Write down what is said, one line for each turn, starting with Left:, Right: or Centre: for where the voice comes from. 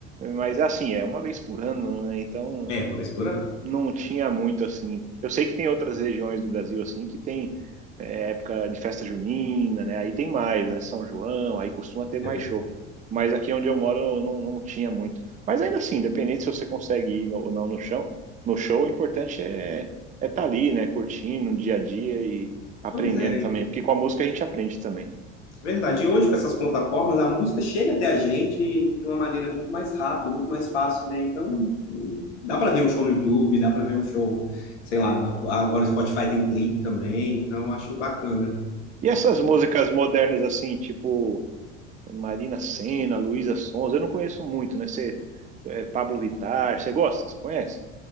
Right: Mas, assim, é uma vez por ano, né? Então,
Left: É, uma vez por ano.
Right: não tinha muito assim. Eu sei que tem outras regiões do Brasil assim que tem é, época de festa junina, né? Aí tem mais, né? São João, aí costuma ter mais
Left: É, né?
Right: show. Mas aqui onde eu moro não, não tinha muito. Mas ainda assim, independente se você consegue ir no- ou não no chão, no show, o importante é é estar ali, né? Curtindo no dia a dia e aprendendo
Left: pois é,
Right: também, porque com a música a gente aprende também.
Left: Verdade. E hoje, com essas plataformas, a música chega até a gente de uma maneira muito mais rápida, muito mais fácil, né? Então, hum, dá para ver um show no YouTube, dá para ver um show, sei lá, agora o Spotify tem clipe também, então acho bacana.
Right: E essas músicas modernas assim, tipo Marina Sena, Luísa Sonza, eu não conheço muito, né? Você, é, Pablo Vittar, você gosta? Você conhece?